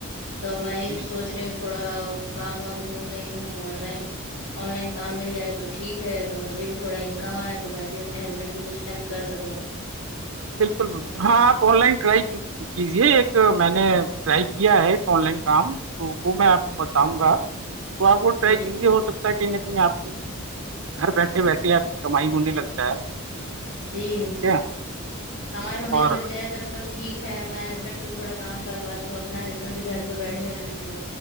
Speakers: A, on the left; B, on the right.
A: تو میں یہ
B: جی
A: سوچ رہی ہ تھوڑا کام وام ڈھونڈ رہی ہوں آن لائن آن لائن کام مل جائے تو ٹھیک تو مجھے بھی تھوڑا انکم آئے تو میں بھی اپنے ہسبینڈ کی کچھ ہیلپ کر سکوں
B: بالکل بالکل ہاں آپ آن لائن ٹرائی کیجیے ایک میں نے ٹرائی کیا ہے ایک آن لائن کام تو وہ میں آپ کو بتاؤں گا تو آپ وہ ٹرائ
A: جی
B: کیزی ہو سکتے کہیں نہ کہیں آپ کی گھر بیٹھے بیٹھے آپ کی کمائی ہونے لگ جائے
A: جی
B: کیا
A: کمائی ہونے
B: اور
A: لگ جائے تب تو ٹھیک ہے میں ہسبینڈ کا بھی تھوڑا کام کروا دوں اپنا ہسبینڈ بھی گھر پہ بیٹھے رہے میرے